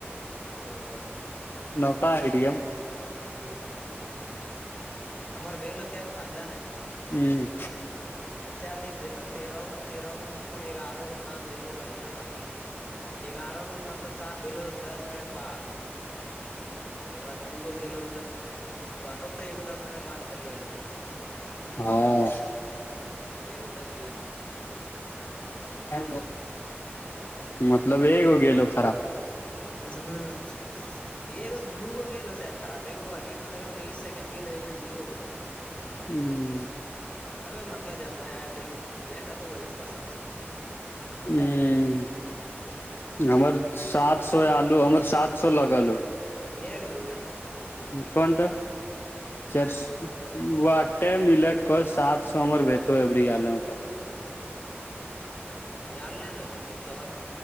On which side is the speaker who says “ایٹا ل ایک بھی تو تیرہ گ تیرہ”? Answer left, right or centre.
Left